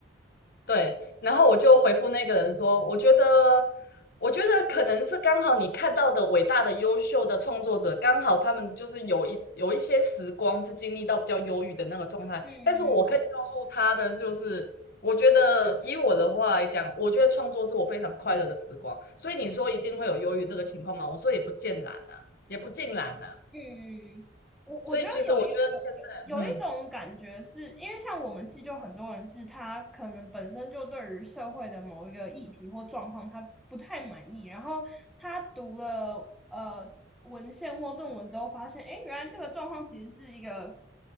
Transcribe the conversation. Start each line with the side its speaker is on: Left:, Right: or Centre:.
Left: 对，然后我就回复那个人说，我觉得，我觉得可能是刚好你看到的伟大的、优秀的创作者，刚好他们就是有一有一些时光是经历到比较忧郁的那个状态。
Centre: 嗯，
Left: 但是我可以告诉他的就是，我觉得以我的话来讲，我觉得创作是我非常快乐的时光。所以你说一定会有忧郁这个情况吗？我说也不尽然啊，也不尽然啊。
Centre: 嗯，嗯我我觉得有有有有有一种感觉是，
Left: 所以其实我觉得现在，嗯，
Centre: 因为像我们系就很多人是他可能本身就对于社会的某一个议题或状况他不太满意，然后他读了呃文献或论文之后发现，诶，原来这个状况其实是一个